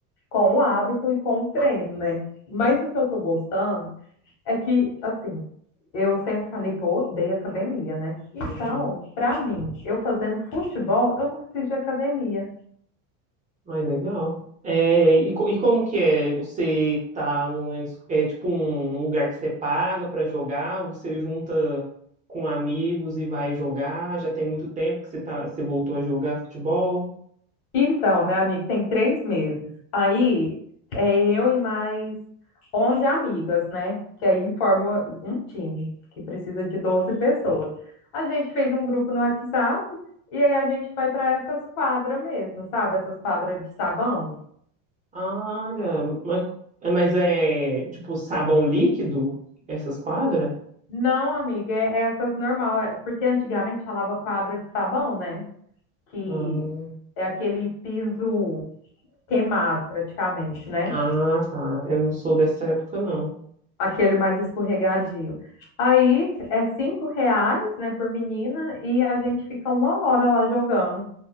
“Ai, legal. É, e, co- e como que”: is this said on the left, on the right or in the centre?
Right